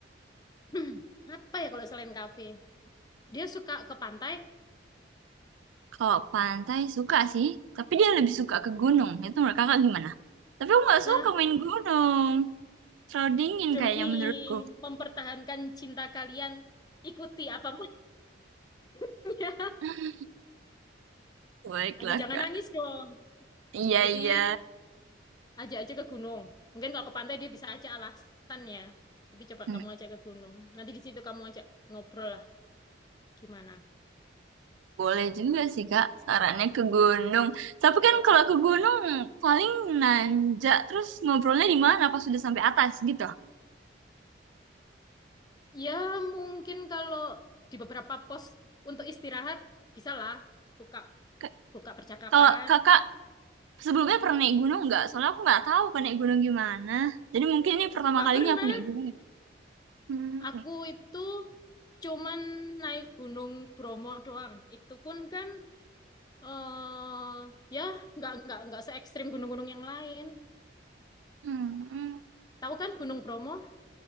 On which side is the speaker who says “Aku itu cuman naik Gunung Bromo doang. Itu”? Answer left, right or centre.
Left